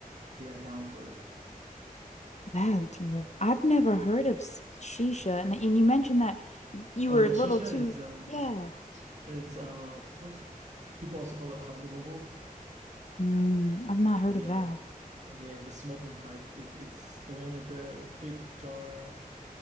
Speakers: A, on the right; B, on the left.
A: they are down for it.
B: That's, w- I've never heard of s- shisha. And, and you mentioned that you
A: Oh
B: were
A: yeah,
B: a little
A: shisha
B: too,
A: is um,
B: yeah.
A: it's uh, what's people also call it hubble bubble.
B: Mm, I've not
A: Yeah,
B: heard of that.
A: yeah, it's the smoking pipe. It's it's the one with the big jar,